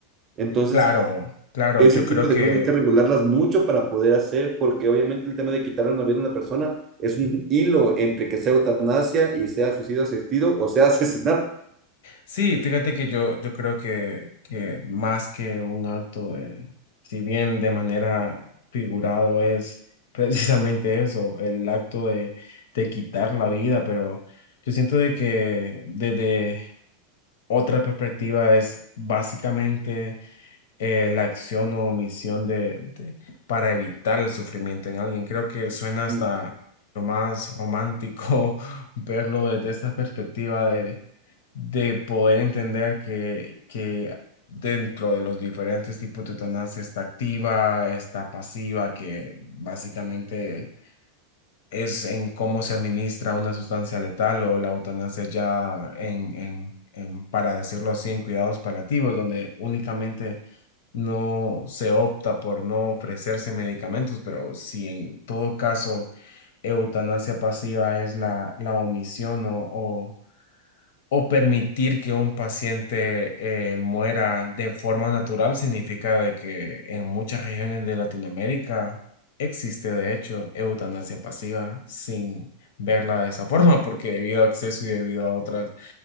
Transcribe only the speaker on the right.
Entonces,
ese
tipo
de
cosas hay que regularlas mucho para poder hacer, porque obviamente el tema de quitarle una vida a una persona es un hilo entre que sea eutanasia y sea suicidio asistido o sea <laughs> asesinato.
Mm.